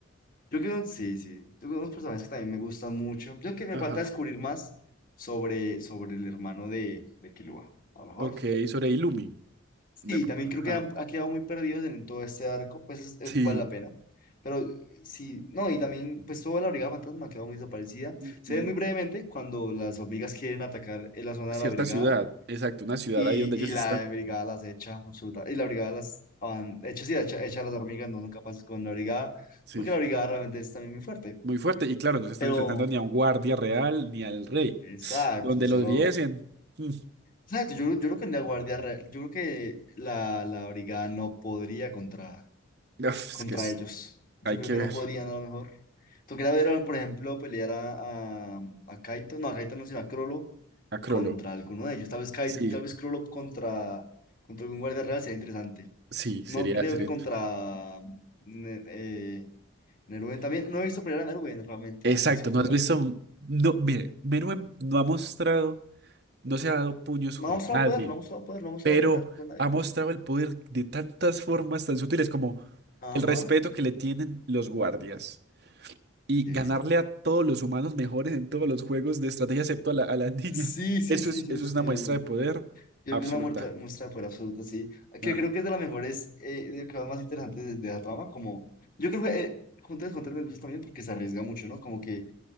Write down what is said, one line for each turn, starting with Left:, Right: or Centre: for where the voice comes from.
Left: Yo creo que sí, sí. Yo creo que unos personajes que también me gustan mucho. Yo creo que me
Right: Ajá.
Left: falta descubrir más sobre, sobre el hermano de, de Killua, a lo mejor.
Right: Ok, sobre Illumi.
Left: Sí,
Right: De-
Left: también
Right: Ajá.
Left: creo que han, han quedado muy perdidos en todo este arco, pues es, es-
Right: Sí.
Left: vale la pena. Pero eh, sí, no, y también, pues toda la Brigada Fantasma ha quedado muy desaparecida.
Right: Ujú.
Left: Se ve muy brevemente cuando las hormigas quieren atacar en la zona
Right: Cierta
Left: de la brigada,
Right: ciudad, exacto, una ciudad
Left: y,
Right: ahí donde ellos
Left: y la
Right: están.
Left: brigada las echa, absoluta. Y la brigada las van, echa, sí, echa, echa a las hormigas, no son capaces con la brigada,
Right: Sí,
Left: porque la brigada realmente es también muy fuerte.
Right: muy fuerte. Y claro, no se están
Left: Pero,
Right: enfrentando ni a un guardia real ni al rey.
Left: quién sabe,
Right: Donde
Left: pues no solo.
Right: los viesen. mm,
Left: Exacto, yo, yo creo que en la guardia, re- yo creo que la, la brigada no podría contra,
Right: uf,
Left: contra
Right: es que es-
Left: ellos. Yo
Right: hay
Left: creo
Right: que
Left: que
Right: ver.
Left: no podrían a lo mejor. tú Tocaría ver, por ejemplo, pelear a, a, a Kaito, no, a Kaito no, sino a Crollo
Right: A Crollo.
Left: contra alguno de ellos. Tal vez, Kai-
Right: Sí,
Left: tal vez Crollo contra, contra algún guardia real sería interesante.
Right: sí, sería,
Left: No creo
Right: sería.
Left: que contra Ne- eh, Nerwen también. No he visto pelear a Nerwen realmente,
Right: Exacto,
Left: al máximo
Right: no
Left: poder.
Right: has visto. No, mire, Meruem no ha mostrado, no se ha dado puños con
Left: No ha mostrado
Right: nadie,
Left: poder, no ha mostrado poder, no ha mostrado
Right: pero
Left: pelear con nadie.
Right: ha mostrado el poder de tantas formas tan sutiles como
Left: Ajá.
Right: el respeto que le tienen los guardias. y
Left: Sí.
Right: ganarle a todos los humanos mejores en todos los juegos de estrategia, excepto a la, a la <laughs> niña.
Left: Sí, sí,
Right: Eso
Left: sí,
Right: es,
Left: sí,
Right: eso
Left: sí.
Right: es una
Left: Yo
Right: muestra de poder
Left: creo
Right: absoluta.
Left: que es una muerta, muestra de poder absoluta, sí.
Right: Ajá.
Left: Que creo que es de las mejores, eh, de las más interesantes de, de la trama. Como, yo creo que eh, Hunter x Hunter me gusta también porque se arriesga mucho, ¿no? Como que